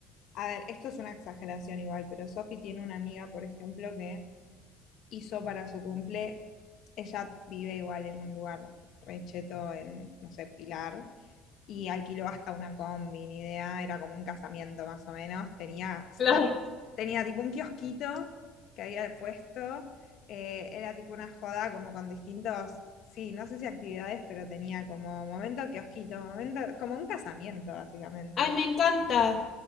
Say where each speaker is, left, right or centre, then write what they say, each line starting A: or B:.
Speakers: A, on the left; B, on the left.
A: a ver, esto es una exageración igual, pero Sofi tiene una amiga, por ejemplo, que hizo para su cumple, ella vive igual en un lugar recheto en, no sé, Pilar, y alquiló hasta una combi, ni idea, era como un casamiento más o menos, tenía sta-
B: Claro.
A: tenía tipo un kiosquito que había puesto, eh, era tipo una joda como con distintos, sí, no sé si actividades, pero tenía como momento kiosquito, momento, como un casamiento básicamente,
B: Ay, me encanta.